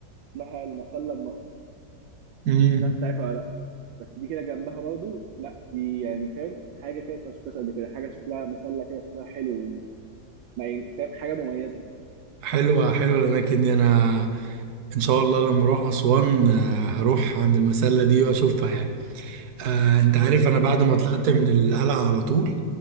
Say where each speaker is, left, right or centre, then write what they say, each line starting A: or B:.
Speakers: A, on the right (about 75°); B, on the right (about 55°).
A: اسمها المسله الناقصه
B: امم
A: مش عارف انت عارفها ولا لا بس دي كده جنبها برضو لا دي يعني فاهم حاجه كده انت ما شفتهاش قبل كده حاجه شكلها مسله كده شكلها حلو ما- يعني فاهم حاجه مميزه
B: حلوة حلوة الأماكن دي أنا ان شاء الله لما اروح اسوان آه، هروح عند المسله دي واشوفها يعني آه انت عارف
A: بجد
B: انا بعد
A: الدنيا
B: ما طلعت
A: هناك حلوه
B: من القلعه على طول